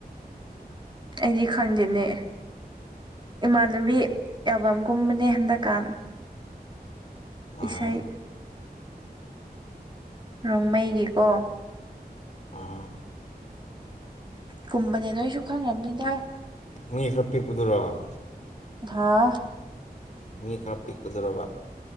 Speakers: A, on the right; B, on the left.
A: ꯑꯩꯗꯤ ꯈꯪꯗꯦꯅꯦ ꯏꯃꯥꯟꯅꯕꯤ ꯑꯦꯜꯕꯝꯒꯨꯝꯕꯅꯦ ꯍꯟꯗꯛꯀꯥꯟ
B: ꯑꯥ
A: ꯏꯁꯩ ꯔꯣꯡꯃꯩꯒꯤꯀꯣ
B: ꯑꯥ
A: ꯀꯨꯝꯕꯅꯦ ꯅꯣꯏꯁꯨ ꯈꯪꯕꯅꯤꯗ
B: ꯃꯤ ꯈꯔ ꯄꯤꯛꯄꯗꯨꯣꯔꯛ
A: ꯍꯥꯥ
B: ꯃꯤ ꯈꯔ ꯄꯤꯛꯀꯗꯧꯔꯕ